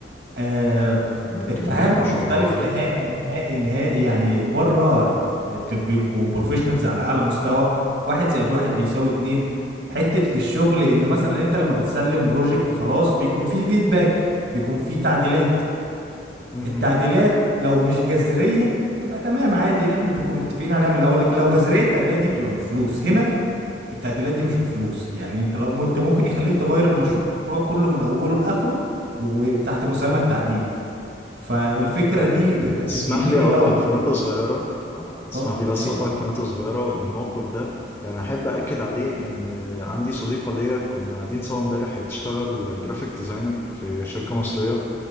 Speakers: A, on the right; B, on the left.
A: آه
B: م- م،
A: التعامل
B: جميل ما
A: مختلف
B: شاء الله عليك
A: نهائي نهائي نهائي يعني بره بت- بيبقوا بروفيشنالز على اعلى مستوى واحد زائد واحد بيساوي اتنين حتة في الشغل ان مثلا انت لما بتسلم بروجكت خلاص بيكون فيه فيدباك بيكون فيه تعديلات
B: مهم.
A: التعديلات لو مش جذرية بتبقى تمام عادي يعني احنا بنكون متفقين عليها من الاول لكن لو جذرية التعديلات دي بتبقى بفلوس هنا التعديلات دي مش بفلوس يعني انت لو انت ممكن يخليك تغير المشروع كله من اوله لاخره وتحت مسمى التعديل فالفكرة
B: آه،
A: دي ب- كانت
B: اسمح
A: بتجنني
B: لي اقطعك
A: قوي
B: في نقطه صغيره آه، اسمح
A: اتفضل
B: لي بس
A: ايه
B: اقطعك في نقطه صغيره الموقف ده يعني احب اكد عليه ان آه، عندي صديقه ليا كنا قاعدين سوا امبارح هي بتشتغل جرافيك ديزاينر في شركه مصريه